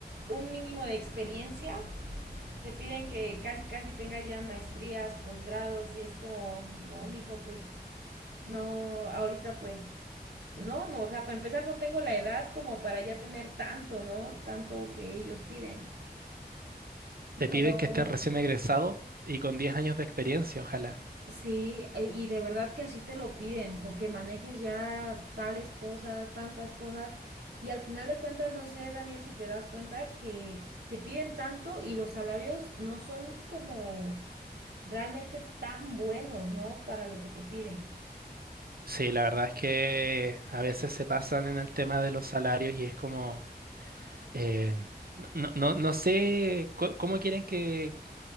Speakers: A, on the right (about 80°); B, on the right (about 65°).
A: un mínimo de experiencia. Te piden que casi, casi tengas ya maestrías, posgrados y es como, no, mijo, pues no, ahorita pues no, no, o sea, para empezar no tengo la edad como para ya tener tanto, ¿no? Tanto que ellos piden.
B: te
A: Pero
B: piden que estés recién egresado y con 10 años de experiencia, ojalá.
A: sí, e- y de verdad que así te lo piden, o que manejes ya tales cosas, tantas cosas, y al final de cuentas, no sé, Daniel, si te das cuenta que te piden tanto y los salarios no son como realmente tan buenos, ¿no? Para lo que te piden.
B: Sí, la verdad es que a veces se pasan en el tema de los salarios y es como, eh, no, no, no no sé cu- cómo quieren que,